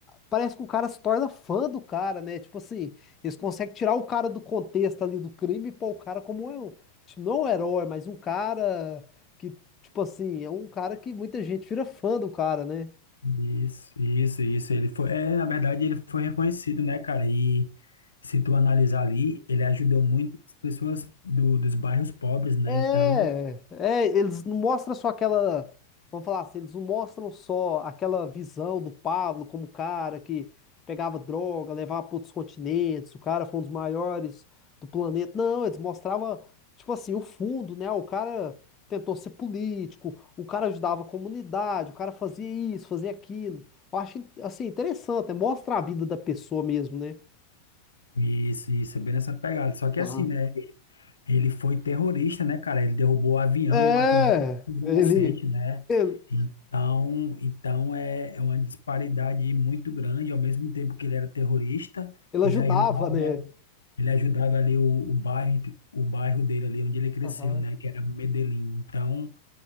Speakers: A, on the left; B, on the left.
A: parece que o cara se torna fã do cara, né? Tipo assim, eles conseguem tirar o cara do contexto ali do crime e pôr o cara como é um, tipo, não um herói, mas um cara que, tipo assim, é um cara que muita gente vira fã do cara, né?
B: Isso, isso, isso. Ele foi, é, na verdade, ele foi reconhecido, né, cara? E se tu analisar ali, ele ajudou muitas pessoas do, dos bairros pobres, né?
A: É,
B: Então,
A: é, eles não mostram só aquela, vamos falar assim, eles não mostram só aquela visão do Pablo como o cara que pegava droga, levava para outros continentes, o cara foi um dos maiores do planeta. Não, eles mostravam, tipo assim, o fundo, né? O cara tentou ser político, o cara ajudava a comunidade, o cara fazia isso, fazia aquilo. Eu acho, assim, interessante, né? Mostra a vida da pessoa mesmo, né?
B: isso, isso, é bem nessa pegada. Só que
A: Aham.
B: assim, né? Ele foi terrorista, né, cara? Ele derrubou o avião
A: É,
B: e matou muitos inocentes,
A: ele,
B: né?
A: ele,
B: Então, então é, é uma disparidade muito grande. Ao mesmo tempo que ele era terrorista,
A: ele
B: ele
A: ajudava,
B: ajudava,
A: né?
B: ele ajudava ali o, o bairro, o bairro dele ali onde ele cresceu,
A: Aham.
B: né? Que era Medellín. Então,